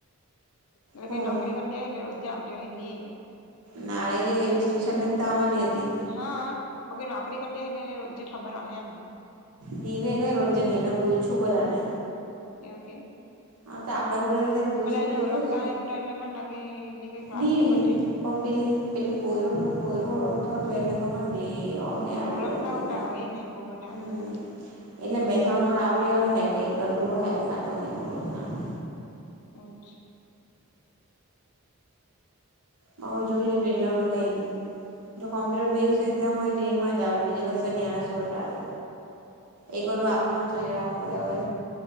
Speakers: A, on the left; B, on the right.
A: અરે
B: હમ
A: કઈ નોકરી કરતી અહે એટલે રોજે આવતી અહે ને.
B: નાય રે એબી સ્ટેશન જ તો આવવાની હતી.
A: હ, અ અવે નોકરી કરતી અહે એટલે રોજે ખબર અહે એમ.
B: નીરે કઈ રોજે ની એણે હો છુ બોલ આને.
A: એવુ કે?
B: હા તો આપડે ઉઘડેલું ત્યારે
A: તો
B: પૂયછું
A: બધા
B: તું
A: એને
B: એ જોયુ
A: ઓળખતા
B: કે ની?
A: ને એટલે મને લાગે કઈ ક્લાસ
B: ની
A: ન કરતી એટલે
B: પણ પેલી પેલી પોયરો પેલો પોયરો ઓળખતો હતો એટલે ખબર ની. હ એ આજુબાજુ
A: ઓળખતા
B: કોઈ
A: ઓટા
B: ના
A: હોય ને બહુ બધા
B: હમ
A: એમ તો
B: એટલે બે તણ વાર એટલે અહે કઈ કરેલું અહે કાતો એનો વર હાનો.
A: અચ્છા.
B: તો હો જોય લેજે એટલે હવે કઈ ની, જો કોમ્પ્યુટર બેઝ જો એક્ઝામ હોય તો એમાં જ આવે બીજે કશે ની આવે, સુરત આવે એક વાર વાપી મા- જોય આવા પડે હવે.